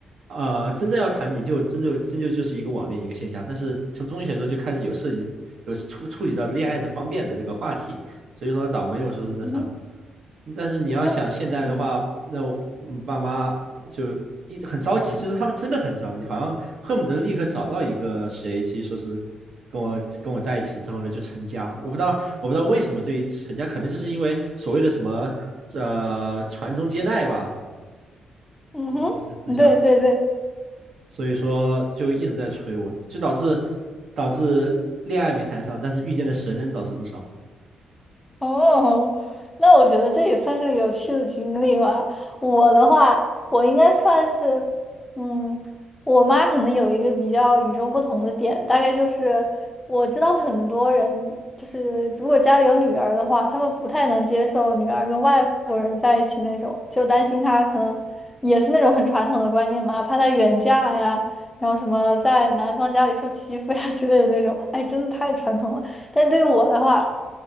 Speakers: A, on the right; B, on the left.
A: 啊、真正要谈你就真就真就就是一个网恋一个现象，但是从中学的时候就开始有涉及有触触及到恋爱的方便的这个话题，所以说倒没有说是那啥。
B: 嗯哼，
A: 但是你要想现在的话，
B: 你说，嗯
A: 那嗯爸妈就一很着急，就是他们真的很着急，好像恨不得立刻找到一个谁去说是跟我跟我在一起之后呢就成家。我不知道我不知道为什么对于成家，可能就是因为所谓的什么呃传宗接代吧，
B: 嗯哼，
A: 就这么一个思想，
B: 对对对，
A: 所以说就一直在催我，就导致导致恋爱没谈上，但是遇见的神人倒是不少。
B: 哦，那我觉得这也算是个有趣的经历吧。我的话，我应该算是，嗯，我妈可能有一个比较与众不同的点，大概就是我知道很多人，就是如果家里有女儿的话，他们不太能接受女儿跟外国人在一起那种，就担心她可能也是那种很传统的观念嘛，怕她远嫁呀，然后什么在男方家里受欺负呀之类的那种。哎，真的太传统了。但对于我的话，